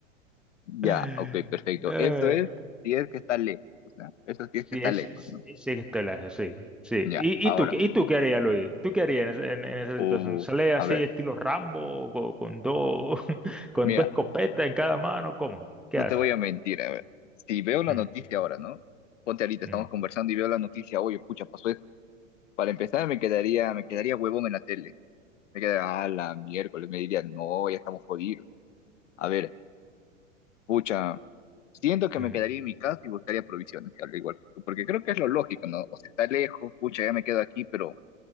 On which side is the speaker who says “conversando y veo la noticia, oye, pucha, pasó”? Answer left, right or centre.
Left